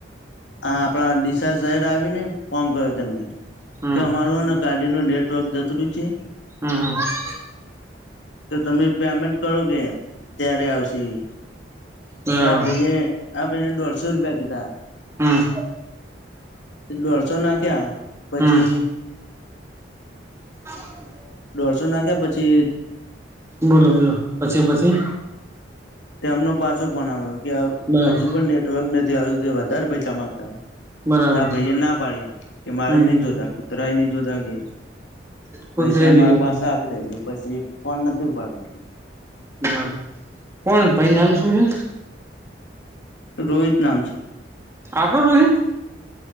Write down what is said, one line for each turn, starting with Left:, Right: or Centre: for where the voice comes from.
Left: આ આપણા ડીસા શહેર આવીને ફોન કર્યો તેમને
Right: હમ
Left: કે અમારું ગાડીનું નેટવર્ક જરૂર્યુ છે
Right: હમ હમ
Left: તો તમે પેમેન્ટ કરો કે ત્યારે આવશે
Right: બરાબર
Left: તે એ ભઈએ આ ભાઈને દોઢસો રૂપિયા કીધા
Right: હમ
Left: દોઢસો નાખ્યા પછી
Right: હમ હ
Left: દોઢસો નાખ્યા પછી
Right: બોલો બોલો પછી પછી
Left: તેમનો પાછો ફોન આવ્યો
Right: બરાબર
Left: કે હજુ પણ નેટવર્ક નથી આવ્યું તે વધારે પૈસા માંગતા હતા
Right: બરાબર
Left: ત્યા આ ભાઈ એ ના પાડી કે મારે
Right: હમ
Left: નહી
Right: હમ
Left: જોતા કૂતરાય નહી જોતા કે
Right: કૂતરી
Left: પૈસા
Right: ની
Left: માંરા
Right: જોડે
Left: પાસે આપી દેજો પછી ફોન નથી ઉપાડતા
Right: હ કોણ ભાઈ નામ શું છે
Left: રોહિત નામ છે
Right: આપડો રોહિત